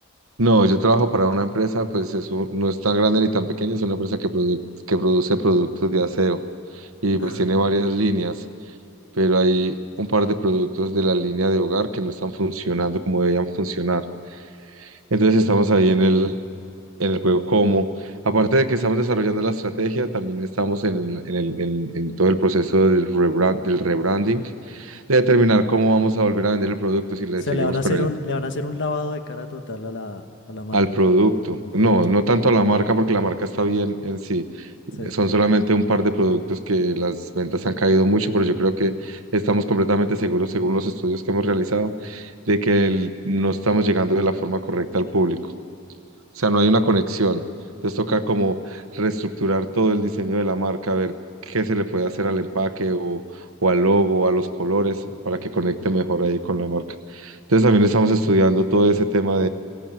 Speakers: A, on the right; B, on the left.
A: No, yo trabajo para una empresa, pues eso no es tan grande ni tan pequeña, es una empresa que, produ- que produce productos de aseo y
B: Ah,
A: pues tiene
B: o
A: varias líneas, pero hay un par de productos de la línea de hogar que no están funcionando como debían funcionar. Entonces estamos ahí en el, en el juego como, aparte de que estamos desarrollando la estrategia, también estamos en, el- en, el- en- en todo el proceso del rebrand, del rebranding, de determinar cómo vamos a volver a vender el producto, si le
B: sea,
A: seguimos
B: le van a
A: con
B: hacer
A: el
B: un, le van a hacer un lavado de cara total a la, a la marca,
A: al producto.
B: al producto.
A: No, no tanto a la marca, porque la marca está bien en sí.
B: Sí,
A: Son solamente un par de productos que las ventas han caído mucho, pero yo creo que estamos completamente seguros, según los estudios que hemos realizado, de que el- no estamos llegando de la forma correcta al público. O sea, no hay una conexión. Entonces toca como reestructurar todo el diseño de la marca, ver qué se le puede hacer al empaque o, o al logo, a los colores, para que conecte mejor ahí con la marca. Entonces también estamos estudiando todo ese tema